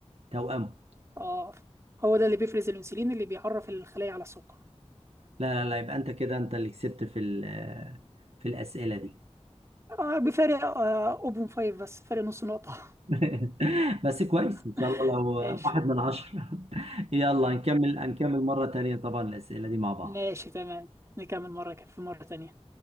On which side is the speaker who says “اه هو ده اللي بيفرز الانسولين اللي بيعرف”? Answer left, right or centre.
Right